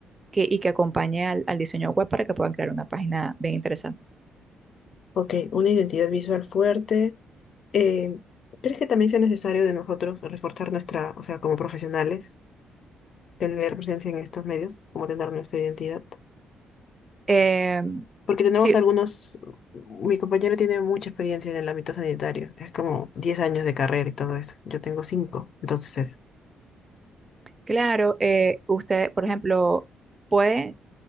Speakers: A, on the right; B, on the left.
A: que, y que acompañe al, al diseño web para que puedan crear una página bien interesante.
B: Ok, una identidad visual fuerte. Eh, ¿crees que también sea necesario de nosotros reforzar nuestra, o sea, como profesionales, tener presencia en estos medios, como tener nuestra identidad?
A: Em,
B: Porque tenemos
A: sí,
B: algunos, mi compañero tiene mucha experiencia en el ámbito sanitario, es como 10 años de carrera y todo eso. Yo tengo cinco. entonces.
A: claro, eh, usted, por ejemplo, puede